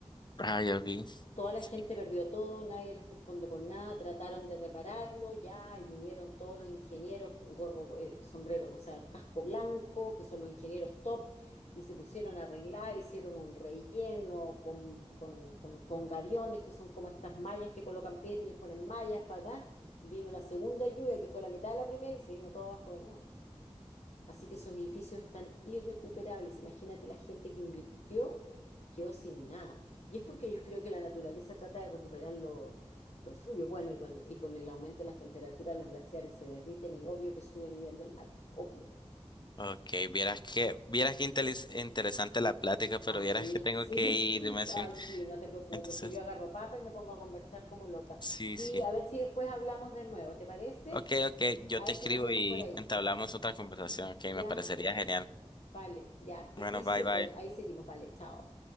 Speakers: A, on the left; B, on the left.
A: Ay, ok.
B: Toda la
A: Sí.
B: gente perdió todo, nadie les responde por nada, trataron de repararlo, ya, y vinieron todos los ingenieros, gorro, eh, sombrero, o sea, casco blanco, que son los ingenieros top, y se pusieron a arreglar, hicieron un relleno con, con, con- con gaviones, que son como estas mallas que colocan piedra y les ponen mallas para acá. Vino la segunda lluvia, que fue la mitad de la primera, y se vino todo abajo de nuevo. Así que esos edificios están irrecuperables. Imagínate la gente que invirtió, quedó sin nada. Y es porque yo creo que la naturaleza trata de recuperar lo, lo suyo. Bueno, y con, y con el aumento de las temperaturas, los glaciares se derriten y obvio que sube el nivel del mar, obvio.
A: Ok, vieras que, vieras que intelis- interesante la plática, pero
B: Ah, sí,
A: vieras que tengo
B: sí.
A: que irme,
B: <laughs>
A: sí.
B: Ay, sí, no te preocupes,
A: Entonces,
B: que yo agarro papa y me pongo a conversar como loca.
A: sí,
B: Sí,
A: sí.
B: a ver si después hablamos de nuevo, ¿te parece?
A: Ok, ok, yo
B: A
A: te
B: ver
A: escribo
B: si nos vemos
A: y
B: por ahí.
A: entablamos otra conversación. Ok,
B: Ya,
A: me parecería genial.
B: vale, ya, que
A: Bueno,
B: estés
A: bye,
B: súper.
A: bye.
B: Ahí seguimos, vale, chao.